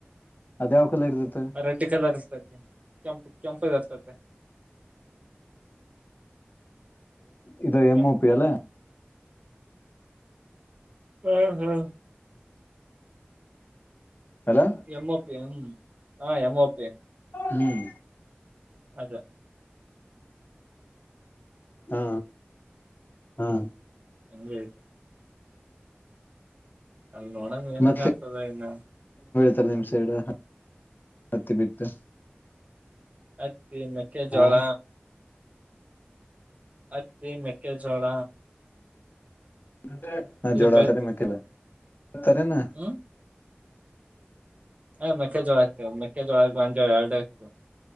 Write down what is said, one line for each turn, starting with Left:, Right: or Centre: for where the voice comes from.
Left: ಅದ್ಯಾವ ಕಲರ್ ಇರ್ತೈತೆ
Right: ರೆಡ್ ಕಲರ್ ಇತ ಕೆಂಪ ಕೆಂಪತ
Left: ಇದು ಎಂ
Right: ಕೆಂಪು
Left: ಪಿ ಅಲ್ಲ
Right: ಹ್ಮ್ ಹ್ಮ್
Left: ಅಲ್ಲ
Right: ಎಂಓಪಿ ಹ್ಮ ಹ ಎಮಓಪಿ
Left: ಹ್ಮ್
Right: ಅದೇ
Left: ಹಾ ಹಾ ಹಾ
Right: ಹಂಗೆ ಅಲ್ಲಿ ನೋಡಣ ಏನೇನ್
Left: ಮತ್ತೆ
Right: ಆಗ್ತದ ಇನ್ನ
Left: <unintelligible>
Right: ಹತ್ತಿ ಮಕ್ಕೆ ಜೋಳ
Left: ಹಾ
Right: ಹತ್ತಿ ಮೆಕ್ಕೆೆ ಜೋಳ
Left: <unintelligible>
Right: ಬೆಳಿತೀವಿ ಹ್ಮ್ ಹ ಮಕ್ಕೆೆಜೋಳ ಆಗ್ತವೆ ಮೆಕ್ಕೆೆ ಜೋಳ ಬಂದ ಎರಡು ಆಗ್ತವೆ